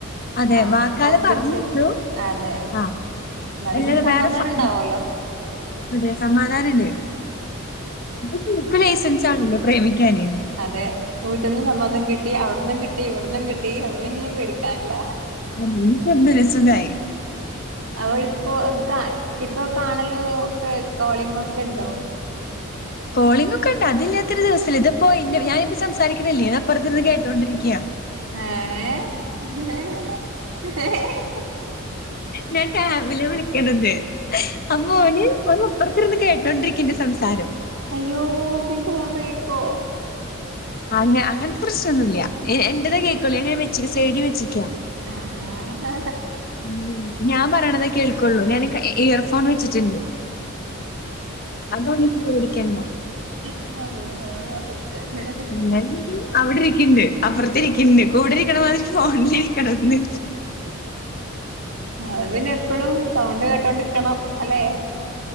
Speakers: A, on the left; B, on the right.
A: അതെ
B: ആഹ്
A: വാക്കാല
B: ഉറപ്പിച്ച്
A: പറഞ്ഞിട്ടു
B: അതെ എന്നാ
A: ആഹ്
B: പിന്നൊരു
A: അല്ലാതെ
B: സമാധാനം
A: വേറെ സൗ
B: ഉണ്ടാവല്ലോ
A: അതെ സമാധാനണ്ട് ഇപ്പം ശരിക്കു ലൈസൻസണല്ലോ പ്രേമിക്കാന്
B: അതെ വീട്ട്ന്ന് സമ്മതം കിട്ടി അവിട്ന്നും കിട്ടി ഇവിട്ന്നും കിട്ടി അപ്പ പിന്നെ ഇനി പേടിക്കാനില്ല.
A: നീക്ക് ഒന്ന് രസത്തൊയി
B: അ ഇപ്പോ കാ ഇപ്പൊ കാണലോ ഒക്കെ കോളിംഗ് ഒക്കെ ഉണ്ടോ.
A: കോളിംങ്‌ ഒക്കെ ഉണ്ട് അതില്ലാത്ത ഒരു ദിവസല്ല ഇതിപ്പോ ഇന്നെ ഞാനിപ്പം സംസാരിക്കണില്ലേ ഇത് അപ്പുറത്തിരുന്ന് കേട്ടുകൊണ്ടിരിക്ക്യ.
B: ഏഹ്
A: ഞാൻ കാവിലെ വിളിക്കണണ്ട് അമ്മോന് ഒന്ന്പ്പുറത്തിരുന്ന് കേട്ടോണ്ടിരിക്കന്റെ സംസാരം
B: അയ്യോ പിന്റെ കൊണ്ട് യ് ക്കോ.
A: അങ്ങ അങ്ങനത്തെ പ്രശ്നമൊന്നുല്ല എന്റേത് കേൾക്കുള്ളൂ. സൈഡിൽ വെച്ചിരിക്കാ
B: ആഹ്
A: ഉമ് ഞാൻ പറയണതേ കേൾക്കുള്ളൂ ഞാൻ ഇയർ ഫോൺ വെച്ചിട്ടുണ്ട് അതൊന്നും ജ്ജ് പേടിക്കണ്ട.
B: <unintelligible>
A: ഞ അവിടെ ഇരിക്കണ്ട് അപ്പറത്തെ ഇരിക്കണ്ട് കൂടെ ഇരിക്കണ മാതിരി ഫോണില് ഇരിക്കണംന്ന്.
B: അത് പിന്നെ എപ്പഴും സൗണ്ട് കേട്ടോണ്ടിരിക്കണം അല്ലെ